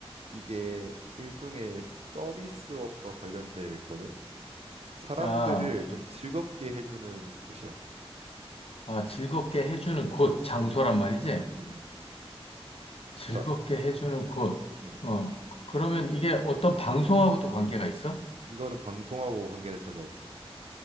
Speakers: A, on the right; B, on the left.
A: 이게 일종의 서비스업과 관련돼 있거든. 사람들을
B: 아, 오케이.
A: 좀 즐겁게 해주는 곳이야.
B: 아, 즐겁게 해주는 곳, 장소란
A: 음,
B: 말이지?
A: 음, 음, 음.
B: 즐겁게
A: 자,
B: 해주는 곳.
A: 음.
B: 어. 그, 그러면 이게 어떤 방송하고도 관계가 있어?
A: 이거는 방송하고 관계는 전혀 없어.